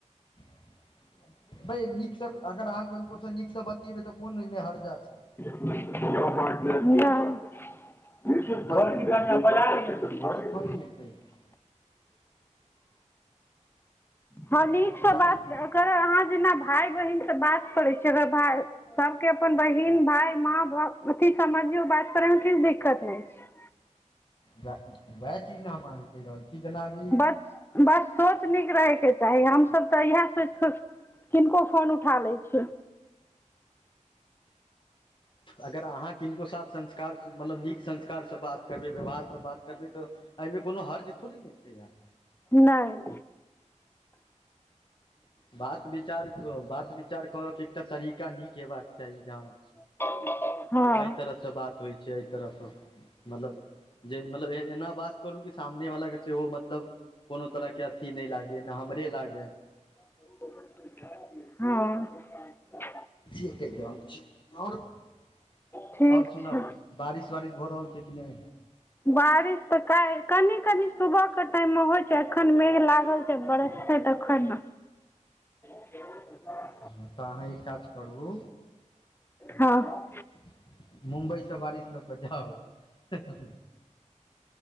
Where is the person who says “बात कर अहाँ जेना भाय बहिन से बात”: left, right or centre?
Left